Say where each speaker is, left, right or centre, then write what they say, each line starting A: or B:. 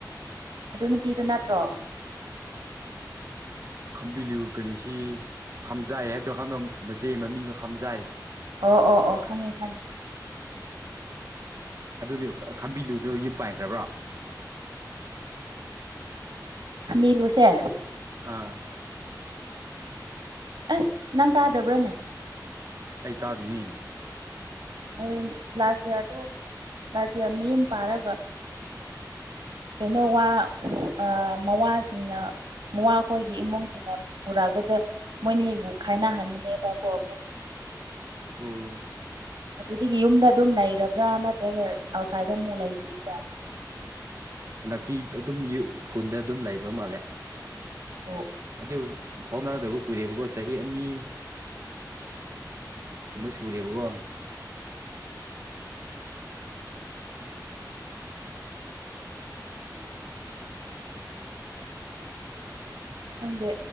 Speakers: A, on the right; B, on the right.
A: ꯑꯗꯨ ꯅꯨꯄꯤꯗꯨꯣ ꯅꯠꯇ꯭ꯔꯣ
B: ꯈꯝꯕꯤꯂꯨ ꯀꯩꯅꯣꯁꯤ ꯈꯥꯝꯖꯥꯏ ꯍꯥꯏꯕꯗꯣ ꯈꯪ ꯃꯆꯦ ꯃꯃꯤꯡꯅꯣ ꯈꯥꯝꯖꯥꯏ
A: ꯑꯣ ꯑꯣ ꯑꯣ ꯈꯪꯉꯤ ꯈꯪꯉꯤ
B: ꯑꯗꯨꯗꯤ ꯈꯝꯕꯤꯗꯨꯨꯗꯣ ꯌꯨꯝ ꯄꯥꯏꯈ꯭ꯔꯕ꯭ꯔꯣ
A: ꯈꯃꯂꯨꯁꯦ
B: ꯑꯥ
A: ꯑꯁ ꯅꯪ ꯇꯥꯗꯕ꯭ꯔꯥꯅꯦ
B: ꯑꯩ ꯇꯥꯗꯣꯏꯅꯦ
A: ꯑꯩ ꯂꯥꯁ ꯏꯌꯥꯔꯗꯨ ꯂꯥꯁ ꯏꯌꯥꯔ ꯃꯌꯨꯝ ꯄꯥꯔꯒ ꯀꯩꯅꯣ ꯋꯥ ꯃꯋꯥꯁꯤꯡꯅ ꯃꯋꯥꯈꯣꯏꯒꯤ ꯏꯃꯨꯡꯁꯤꯡꯅ ꯄꯨꯔꯛꯄꯗ ꯃꯣꯏꯅꯤꯕꯨ ꯈꯥꯏꯅꯍꯟꯕꯅꯦꯕꯀꯣ ꯃꯣꯏ
B: ꯑꯣ
A: ꯑꯗꯨꯗꯒꯤ ꯌꯨꯝꯗ ꯑꯗꯨꯝ ꯂꯩꯔꯕ꯭ꯔꯥ ꯅꯠꯇ꯭ꯔꯒ ꯑꯥꯎꯠꯁꯥꯏꯗ ꯑꯃꯨꯛ ꯂꯩꯇꯥ
B: ꯍꯟꯗꯛꯇꯤ ꯑꯗꯨꯝ ꯈꯨꯟꯗ ꯑꯗꯨꯝ ꯂꯩꯕ ꯃꯥꯜꯂꯦ
A: ꯑꯣ
B: ꯑꯩ ꯐꯥꯎꯅꯗꯕ ꯀꯨꯏꯔꯦꯕꯀꯣ ꯆꯍꯤ ꯑꯅꯤ ꯀꯨꯝꯣꯏ ꯁꯨꯔꯦꯕꯀꯣ
A: ꯈꯪꯗꯦ